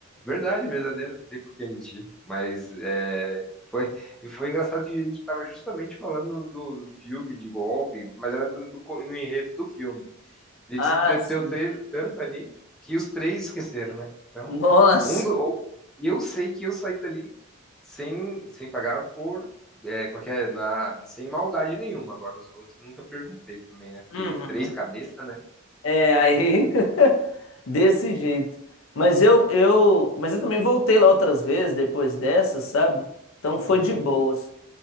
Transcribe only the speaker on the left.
Ah,
sim.
Nossa.
Uhum.
É, aí <laughs> desse jeito. Mas eu eu, mas eu também voltei lá outras vezes depois dessa, sabe? Então foi
de boas.